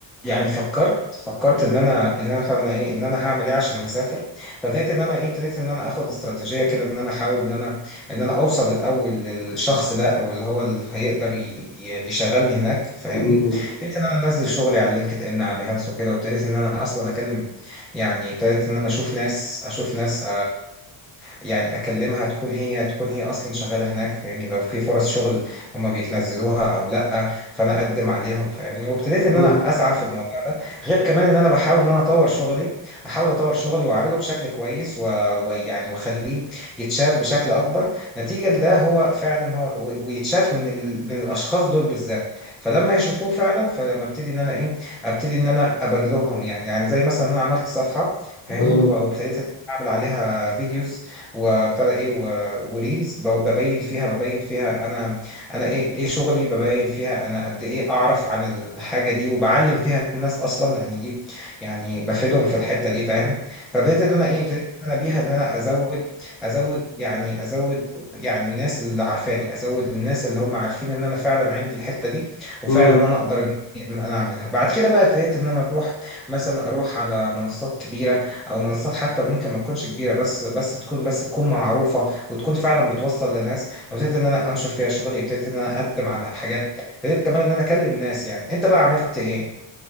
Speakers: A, in the centre; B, on the left.
A: يعني فكرت فكرت ان انا ان انا فعلا ايه ان انا هعمل ايه عشان اسافر فبدات ان انا ايه ابتديت ان انا اخد استراتيجيه كده ان انا احاول ان انا ان انا اوصل الاول للشخص ده او اللي هو اللي هيقدر ي- ي- يشغلني هناك فاهمني
B: امم
A: ابتديت ان انا انزل شغلي على لينكد ان على بيهانس وكده وابتديت ان انا اصلا اكلم يعني ابتديت ان انا اشوف ناس اشوف ناس يعني اكلمها تكون هي تكون هي اصلا شغاله هناك فاهمني لو في فرص شغل هم بينزلوها او لا فانا اقدم عليهم فاهمني وابتديت ان
B: امم
A: انا اسعى في الموضوع ده غير كمان ان انا بحاول ان انا اطور شغلي احاول اطور شغلي واعرضه بشكل كويس و- ويعني واخليه يتشاف بشكل اكبر نتيجه لده هو فعلا هو و- ويتشاف من ال... من الاشخاص دول بالذات فلما يشوفوه فعلا فلما ابتدي ان انا ايه ابتدي ان انا ابان لهم يعني يعني زي مثلا إن انا عملت صفحه فاهمني
B: حلو
A: وابتديت اعمل عليها فيديوز وابتدى ايه و- وريلز ب- ببين فيها ببين فيها انا انا ايه ايه شغلي ببين فيها انا قد ايه اعرف عن الحاجه دي وبعلم فيها الناس اصلا يعني دي يعني بفيدهم في الحته دي فاهم فابتديت ان انا ايه ابتديت ان انا بيها ان انا ازود ازود يعني ازود يعني الناس اللي عارفاني ازود الناس اللي هم عارفين ان انا فعلا عندي الحته دي وفعلا
B: امم
A: ان انا اقدر ان إن انا اعملها بعد كده بقى ابتديت ان انا اروح مثلا اروح على منصات كبيره او منصات حتى ممكن ما تكونش كبيره بس بس تكون بس تكون معروفه وتكون فعلا بتوصل لناس وابتديت ان انا انشر فيها شغلي ابتديت ان انا اقدم على حاجات ابتديت كمان ان انا اكلم ناس يعني انت بقى عملت ايه؟